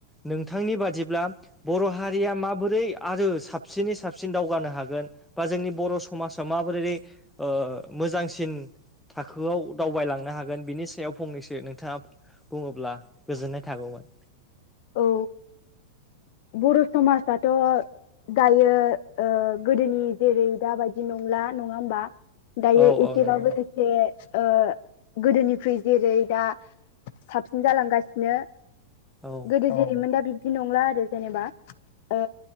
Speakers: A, in the centre; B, on the left.
A: नोंथांनि बादिब्ला बर' हारिया माबोरै आरो साबसिनै साबसिन दावगानो हागोन बा जोंनि बर' समाजा माबोरै ओ मोजांसिन थाखोआव दावबायलांनो हागोन बिनि सायाव फंनैसो नोंथाङा बुङोब्ला गोजोननाय थागौमोन।
B: औ बर' समाजाथ' दायो गोदोनि जेरै दाबायदि नंला नङा होमबा दायो
A: औ
B: एसे
A: औ नंगौ
B: बाबो ए ओ गोदोनिख्रुइ जेरै दा साबसिन जालांगासिनो।
A: औ
B: गोदो जेरैमोन दा बिब्दि नंला आरो जेनेबा ओ